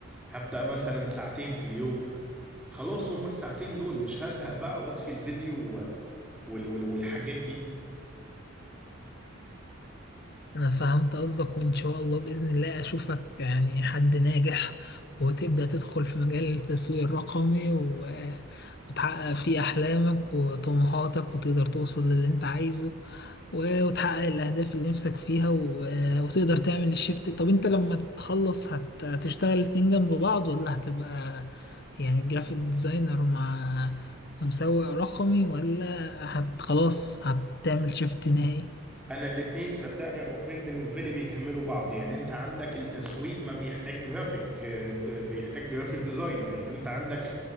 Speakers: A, in the centre; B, on the left.
A: هبدأ مثلا ساعتين في اليوم خلاص هما الساعتين دول مش هزهق بقى واطفي الفيديو و- وال- وال- والحاجات دي
B: أنا فهمت قصدك وإن شاء الله بإذن الله أشوفك يعني حد ناجح وتبدأ تدخل في مجال التسويق الرقمي و... وتحقق فيه أحلامك وطموحاتك وتقدر توصل للي أنت عايزه و- وتحقق الأهداف اللي نفسك فيها و- وتقدر تعمل الشيفت طب أنت لما تخلص هت- هتشتغل اتنين جنب بعض ولا هتبقى يعني جرافيك ديزاينر مع مسوق رقمي ولا هت خلاص هتعمل شيفت نهائي
A: انا الاتنين صدقني يا ابو حميد بالنسبه لي بيكملوا بعض يعني انت عندك التسويق ما بيحتاج جرافيك آه، د- بيحتاج جرافيك ديزاينر يعني انت عندك